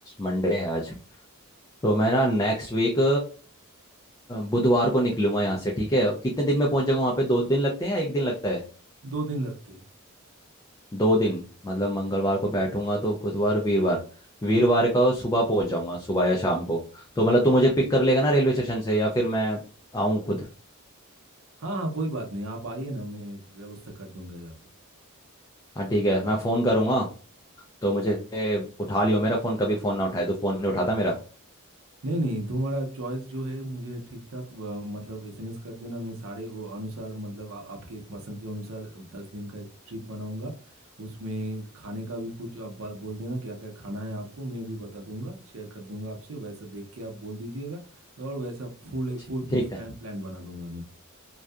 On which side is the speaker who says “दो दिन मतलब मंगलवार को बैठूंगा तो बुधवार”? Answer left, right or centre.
Left